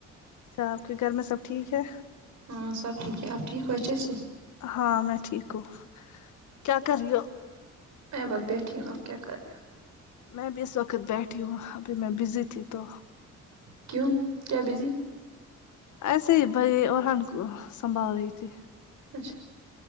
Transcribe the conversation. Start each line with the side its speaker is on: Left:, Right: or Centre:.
Left: اچھا آپ کے گھر میں سب ٹھیک ہے
Right: ہاں سب ٹھیک ہے آپ ٹھیک ہو اچھے سے
Left: ہاں میں ٹھیک ہوں کیا کر رہی ہو
Right: میں بس بیٹھیےہو اور کیا کررہی ہی
Left: میں بھی اس وقت بیٹھی ہوں ابھی میں بزی تھی تو
Right: کیوں کیا بزی
Left: ایسے ہی بھائی ارہان کو سنبھال رہی تھی
Right: اچھا